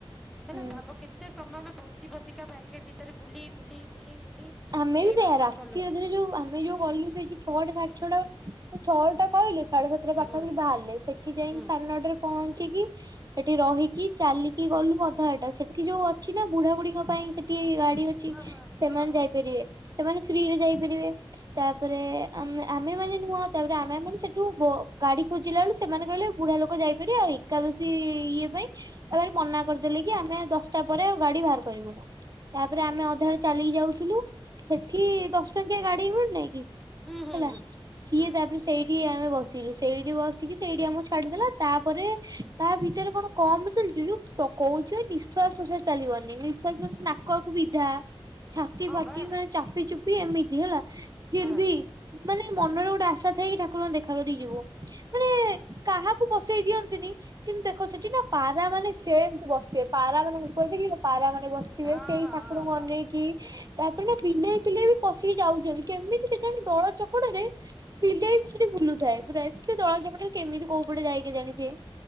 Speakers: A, in the centre; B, on the right.
A: ହେଲା
B: ହୁଁ।
A: ଭାବ କେତେ ସମାନେ ବସି ବସିକା ବାରିକେଡ ଭିତରେ ବୁଲି ବୁଲି ବୁଲି ବୁଲି
B: ଆମେ
A: ଯାଇ
B: ବି ସେୟା
A: ଦର୍ଶନ
B: ରାତି
A: କଲୁ।
B: ଅଧରେ ଯୋଉ ଆମେ ଯୋଉ ଗଲୁ ସେ ଛଅଟା ସାଢେ ଛଟା ଛଅ ଟା କହିଲେ ସାଢେ ସାତଟା ପାଖା
A: ହୁଁ
B: ପାଖି ବାହାରିଲେ ସେ ଏଠି ଯାଇକି
A: ହୁଁ
B: ସାଡେ ନ ଟା ରେ ପହଞ୍ଚିକି ସେଠି ରହିକି ଚାଲିକି ଗଲୁ ଅଧା ବାଟ ସେଠି ଯୋଉ ଅ ଅଛି ନା ବୁଢା ବୁଢୀଙ୍କ ପାଇଁ ସେଠି ଗାଡି ଅଛି
A: ହଁ ହଁ ହଁ
B: ସେମାନେ
A: ହଁ
B: ଯାଇ ସେମାନେ ଫ୍ରି ରେ ଯାଇପାରିବେ। ତାପରେ ଆ ଆମେ ମାନେ ନୁହଁ ତାପରେ ଆମେ ମାନେ ସେଠୁ ଗାଡି ଖୋଜିଲା ଲୁ ସେମାନେ କହିଲେ ବୁଢା ଲୋକ ଯାଇପାରିବେ ଆଉ ଏକାଦଶୀ ଇଏ ପାଇଁ ର ମନା କରିଦେଲି କି ଆମେ ଦଶଟା ପରେ ଗାଡି ବାହାର କରିବୁନୁ। ତାପରେ ଆମେ
A: ଓହୋ
B: ଅଧାଡେ ଚାଲିକି ଯାଉଥିଲୁ ସେଠି ଦଶ ଟଙ୍କିଆ ଗାଡି ମିଲୁ ନାହିଁ କି
A: ହୁଁ ହୁଁ
B: ହେଲା
A: ହୁଁ
B: ସିଏ
A: ହୁଁ
B: ତାପରେ ସେଇଠି ଆମେ ବସିଲୁ ସେଇଠି ବସି ସେଇଠି ଆମର ଛାଡିଦେଲା ତାପରେ ତା ଭିତରେ କଣ କମ ଚାଲିଛୁ ଯୋଉ କହୁଛି ନିଶ୍ୱାସ ପ୍ରଶ୍ୱାସ ଚାଲିବନି ନିଶ୍ୱାସ ପୁଅ କୁ ବିଧା ଛାତି
A: ହଁ
B: ଫାତି
A: ବା
B: ମାନେ ଚାପି ଚୁପି ଏମିତି ହେଲା ଫିର
A: ହଁ
B: ବି ମାନେ ମନରେ ଗୋଟେ ଆଶା ଥାଇକି ଠାକୁର ଙ୍କୁ ଦେଖା କରିକି ଯିବୁ। ମାନେ କାହାକୁ ବସେଇ ଦିଅନ୍ତିନି। କିନ୍ତୁ ଦେଖ ସେଠି ନା ପାରା ମାନେ ସେମିତି ବସିଥିବେ ପାରା ମାନେଁ କ ଦେଖି ପାରାମାନେ ବସିିବେ। ଥିବେ
A: ହଁ
B: ସେଇ
A: ହଁ ହଁ
B: ଠାକୁରଙ୍କୁ
A: ହଁ
B: ଅନେଇକି ତାପରେ ନା ବିଲେଇ ପିଲେଇ ବି ପଶିକି ଯାଉଛନ୍ତି କେମିତି ବି କେଜାଣି ଦଳ ଚକଡରେ। ବିଲେଇ ବି ସେଠି ବୁଲୁଥାଏ ପୁରା ଏ ଦଳ ଚକଡା ରେ କେମିତି କୋଉ ପଟେ ଯାଏ କେଜାଣି ସେ